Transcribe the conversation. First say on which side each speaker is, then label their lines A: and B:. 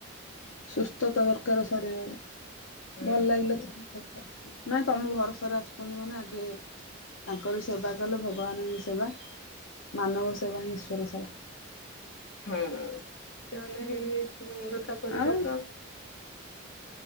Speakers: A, on the left; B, on the left.
A: ସୁସ୍ଥତା ଦରକାରେ ଶରୀରର।
B: ହୁଁ।
A: ଭଲ ଲାଗିଲେ ତ ଆସ, ନାଇଁ ତମେ ଭରସାରେ ଆସୁଛନ୍ତି ମାନେ ଆଗେ ତାଙ୍କରି ସେବା କଲେ ଭଗବାନ ହିଁ ସେବା, ମାନବ ସେବା ହିଁ ଈଶ୍ୱର ସେବା।
B: ହଁ ସେ ମାନେହେଇଯାଇଛି ବନ୍ଧୁତା ପରୀକା
A: ଆଉ
B: ତ।